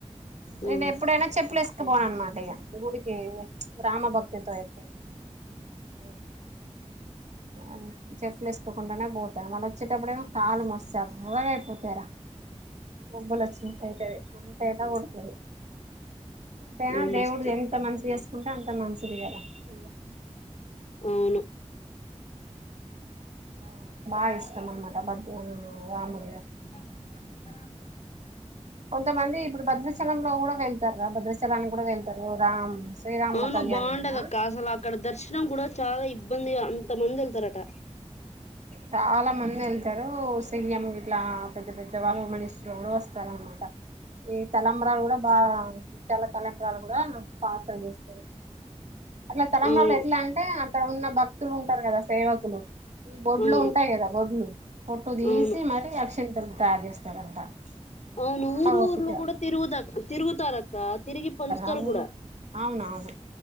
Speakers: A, on the left; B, on the right.
A: ఆ
B: నేను ఎప్పుడైనా చెప్పులేస ఎతి బో నా అనమాట ఇగ గుడికి రామ భక్తితో ఎక్కువ <unintelligible> అ చెప్పులు వేసుకోకుండానే పోతా వచ్చేటప్పుడు ఏమో కాలు మస్త ఎర్రగాయిపోతాయి రా
A: అ
B: మబలు వచ్చినట్ట అయితది అంట ఎటా ఉంటాది ఎంతైనా
A: అవును
B: దేవుడు
A: మస్తు
B: ఎంత మంచి చేసుకుంటే అంత మంచిది కదా ఇగ
A: అవును
B: ఆ బా ఇష్టం అనమాట బద్ రాములు
A: <unintelligible>
B: కొంతమంది ఇప్పుడు భద్రాచలంలో కూడా వెళ్తార రా భద్రాచలానికి కూడా వెళ్తారు రామ్ శ్రీరాముల
A: అవును
B: కళ్యాణగా
A: బాగుంటది అక్క అసలు అక్కడ దర్శనం కూడా చాలా ఇబ్బందిగా అంత మంది వెళ్తారట
B: చాలా మంది వెళ్తారు సీఎం ఇట్లా పెద్ద పెద్ద వాళ్ళు మినిస్టర్ కూడా వస్తారన్నమాట ఈ తలంబ్రాలు కూడా బా ముత్యాల తలంబ్రాలు కూడా పార్సల్ చేస్త అట్లా తలంబ్రాలు
A: అవును
B: ఎట్లా అంటే అక్కడ ఉన్న భక్తులు ఉంటారు కదా సేవకులు ఈ బొడ్లు
A: అవును
B: ఉంటాయి కదా వడ్లు పొట్టు తీసి
A: అవును
B: మరి అక్షింతలు తయారు చేస్తారంట
A: అవును
B: చాలా
A: ఊర్లు
B: ఓపిక
A: ఊర్లు కూడా తిరుగుదకా తిరుగుతారక్క తిరిగి పంచుతారు
B: ఆ ఊరు
A: కూడా
B: అవునవును